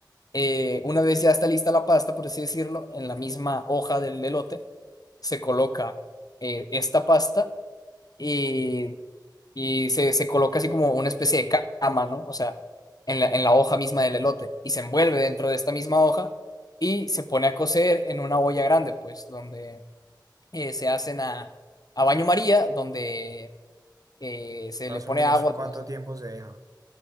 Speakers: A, on the left; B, on the right.
A: eh, una vez ya está lista la pasta, por así decirlo, en la misma hoja del elote, se coloca eh, esta pasta y, y se, se coloca así como una especie de ca- cama, ¿no? O sea, en la, en la hoja misma del elote y se envuelve dentro de esta misma hoja y se pone a cocer en una olla grande, pues, donde eh, se hacen a, a baño María, donde eh, se
B: Más
A: le pone
B: o menos,
A: agua,
B: ¿cuánto
A: pues
B: tiempo se deja?